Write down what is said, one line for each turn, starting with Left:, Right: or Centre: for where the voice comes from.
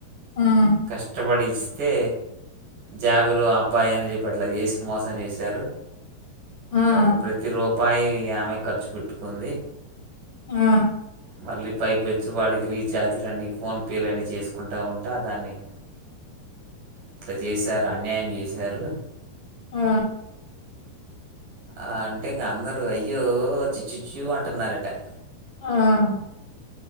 Left: హ్మ్.
Right: కష్టపడి ఇస్తే జాబులు అబ్బాయిని చెప్పి అట్లా చేసి మోసం చేశారు
Left: హ్మ్.
Right: అ ప్రతి రోగ ఉపాయి ఆమె ఖర్చు పెట్టుకుంది
Left: ఆ
Right: మళ్ళీ పైపచ్చు వాడికి రీఛార్జ్లన్నీ ఫోన్పేలున్నీ చేసుకుంటూ ఉంటా దాన్ని ఇట్లా చేశారు అన్యాయం చేశారు
Left: ఆ
Right: ఆ అంటే ఇకా అందరు వెయ్యో చిచ్చు చిచ్చు అంట పట్టన్నారట
Left: హ్మ్.